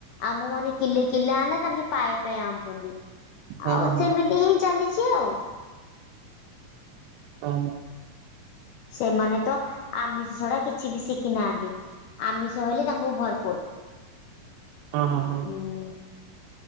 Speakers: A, on the left (about 80°); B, on the right (about 85°).
A: ଆମ ମାନେ କିଲେ କିଲେ ଆଣିଲେ ତାଙ୍କେ ପାଏ ଙ୍କ ପାଏ ଆଣୁଚନ୍ତି
B: ହଁ
A: ଆଉ
B: ହଁ ହଁ।
A: ସେମିତି ହିଁ ଚାଲିଚି ଆଉ।
B: ଅ ହୋ।
A: ସେମାନେତ ଆମିଷ ଛଡା କିଛି ବି ଶିଖି ନାହାଁନ୍ତି। ଆମିସ ହେଲେ ତାଙ୍କୁ ଭରପୁର।
B: ଅ ହଁ ହଁ।
A: ହୁଁ